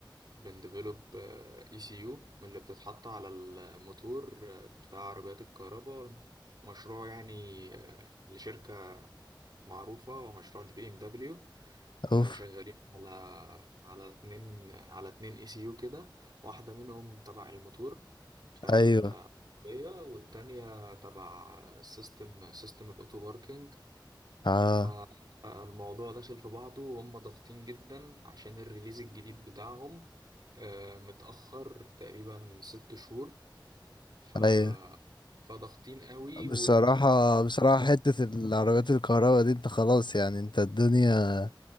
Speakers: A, on the right; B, on the left.
A: بنديفلوب اي سي يو من اللي بتتحط على الموتور آه، بتاع عربيات الكهرباء مشروع يعني آه، لشركة معروفة ومشروع لبي ام دبليو
B: اوف
A: آه، شغالين على على اتنين على اتنين اي سي يو كده واحدة منهم تبع الموتور بتاع
B: ايوه
A: العربية والتانية تبع السيستم سيستم الأوتو باركينج
B: اه
A: فالموضوع داخل في بعضه وهم ضاغطين جدا عشان الريليز الجديد بتاعهم آه، متأخر تقريبا ست شهور ف
B: ايوه
A: فضاغطين قوي
B: بصراحة
A: وال...
B: بصراحة حتة العربيات الكهرباء دي انت خلاص يعني انت الدنيا